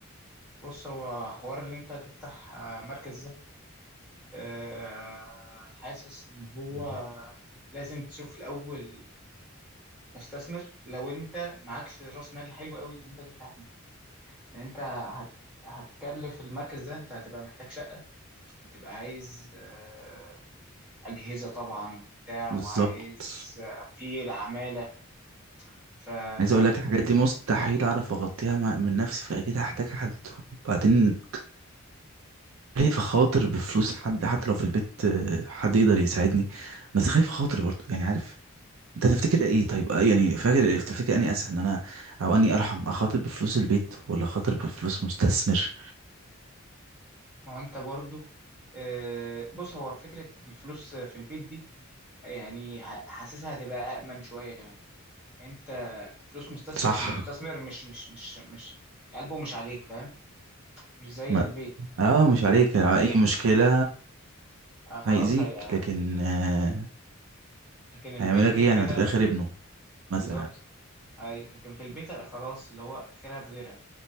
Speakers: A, in the centre; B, on the right.
A: بص هو حوار اللي انت تفتح آه، مركز ده آه، حاسس ان هو
B: مم.
A: لازم تشوف الاول مستثمر لو انت معكش راس مال حلو قوي اللي انت تفتح فيه لان انت هت هتكلف المركز ده انت هتبقى محتاج شقة هتبقى عايز آه، اجهزة طبعا وبتاع
B: بالظبط
A: وعايز آه، في العمالة ف
B: عايز
A: ف
B: اقول لك الحاجات دي مستحيل اعرف اغطيها مع- من نفسي فاكيد هحتاج حد وبعدين خايف اخاطر بفلوس حد حتى لو في البيت آه، حد يقدر يساعدني بس خايف اخاطر برضه يعني عارف انت تفتكر ايه طيب آه، يعني فاكر تفتكر اني اسهل ان انا او اني ارحم اخاطر بفلوس البيت ولا اخاطر بفلوس مستثمر
A: ما هو انت برضو آه، بص هو فكرة الفلوس في البيت دي يعني ه- حاسسها هتبقى أأمن شوية كمان انت فلوس مستثمر
B: صح
A: المستثمر مش مش مش مش قلبه مش عليك فاهم مش زي
B: ما
A: البيت
B: اه مش عليك لو اي مشكلة
A: آه، خلاص
B: هيأذيك
A: هي
B: لكن آه،
A: لكن البيت
B: هيعمل
A: كده
B: لك ايه يعني
A: كده
B: ما انت في الاخر ابنه مثلا
A: بالظبط أي لكن في البيت آه، خلاص اللي هو خيرها في غيرها